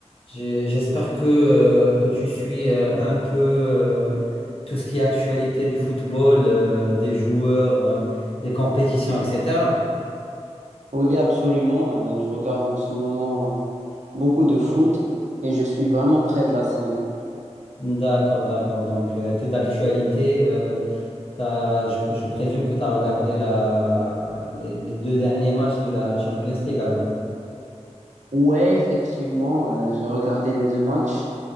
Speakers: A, on the left; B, on the right.
A: J'ai- J'espère que, euh, que tu suis euh, un peu euh, tout ce qui est actualité du football, euh, des joueurs, euh, des compétitions, etc.
B: Oui, absolument. Euh, je regarde en ce moment euh, beaucoup de foot et je suis vraiment près de la scène.
A: D'accord, d'accord. Donc, tu es d'actualité. euh, t'as- je, je présume que tu as regardé la, les, les deux derniers matchs de la Champions League alors.
B: Ouais, effectivement, euh, j'ai regardé les deux matchs